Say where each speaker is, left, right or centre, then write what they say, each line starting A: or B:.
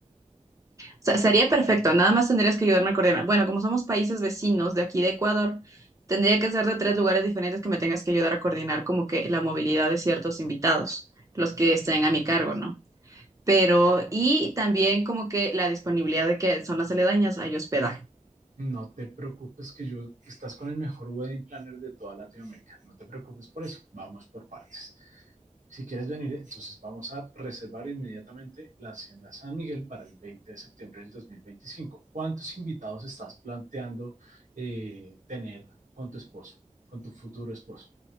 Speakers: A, on the right; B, on the right.
A: Se- Sería perfecto, nada más tendrías que ayudarme a coordinar. Bueno, como somos países vecinos de aquí de Ecuador, tendría que ser de tres lugares diferentes que me tengas que ayudar a coordinar como que la movilidad de ciertos invitados, los que estén a mi cargo, ¿no? Pero, y también como que la disponibilidad de que zonas aledañas hay hospedaje.
B: No te preocupes que yo estás con el mejor wedding planner de toda Latinoamérica. No te preocupes por eso. Vamos por partes. Si quieres venir, entonces vamos a reservar inmediatamente la Hacienda San Miguel para el 20 de septiembre del 2025. ¿Cuántos invitados estás planteando eh, tener con tu esposo, con tu futuro esposo?